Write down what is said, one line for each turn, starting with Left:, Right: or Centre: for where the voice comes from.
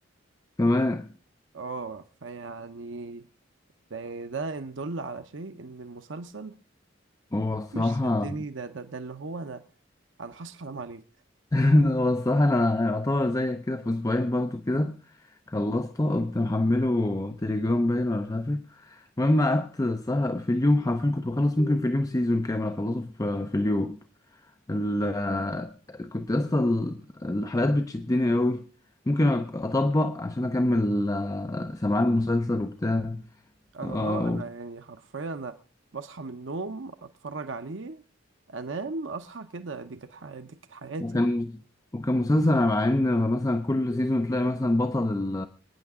Left: كمان
Right: اه فيعني ده ده إن دل على شيء إن المسلسل
Left: هو الصراحة
Right: مش صدقني ده ده ده اللي هو أنا أنا هصحى أنام عليك
Left: <laughs> هو الصراحة أنا يعتبر زيك كده في أسبوعين برضه كده خلصته قمت محمله تليجرام باين ولا مش عارف إيه المهم قعدت الصراحة في اليوم حرفيا كنت بخلص ممكن في اليوم سيزون كامل أخلصه في, في اليوم ال- كنت يا اسطى ال- الحلقات بتشدني أوي ممكن أطبق عشان أكمل آه، سمعان المسلسل وبتاع
Right: أنا
Left: آه،
Right: اه أنا يعني حرفيا أنا بصحى من النوم أتفرج عليه أنام أصحى كده دي كانت حي- دي كانت حياتي
Left: وكان وكان مسلسل مع إن مثلا كل سيزون تلاقي مثلا بطل